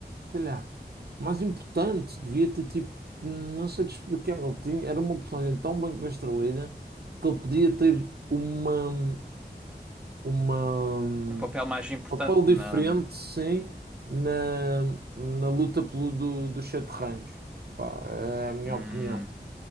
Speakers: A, on the right (about 65°); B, in the centre.
A: sei lá, mais importante, devia ter tipo, não sei te explicar, ele tinha, era uma personagem tão bem construída que ele podia ter uma. uma, um
B: um papel mais importante
A: papel diferente,
B: na.
A: sim, na, na luta pelo, do, dos sete reinos. Pá, é a minha
B: Hum,
A: opinião.